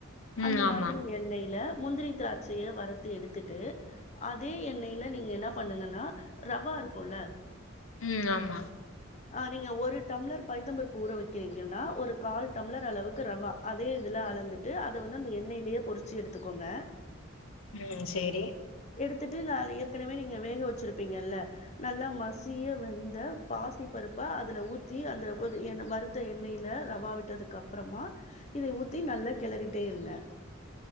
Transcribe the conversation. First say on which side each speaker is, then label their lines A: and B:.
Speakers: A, on the left; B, on the left.
A: ம்
B: அந்த
A: ஆமா
B: மாதிரி எண்ணைல முந்திரி திராட்சய வரத்து எடுத்துட்டு அதே எண்ணெய்ல நீங்க என்ன பண்ணுங்கன்னா ரவா இருக்கோல
A: ம் ஆமா
B: ஆ நீங்க ஒரு டம்ளர் பைத்தம் பருப்பு ஊற வைக்கிறீங்கன்னா ஒரு கால் டம்ளர் அளவுக்கு ரவா அதே அளந்துட்டு அதது வந்துந்த எண்ணெயிலயே பொறிச்சி எடுத் பாத்துக்கோங்க
A: ம் செரி
B: எடுத்துட்டு நா ஏற்கனவே நீங்க வேக வெச்சிருப்பீங்கல்ல நல்லா மசிய வெந்த பாசி பருப்ப அதுல ஊத்தி அந்த கொ வருத்த எண்ணெயில ரவா விட்டதுக்கு அப்புறமா இத ஊத்தி நல்லா கெளறிட்டே இருங்க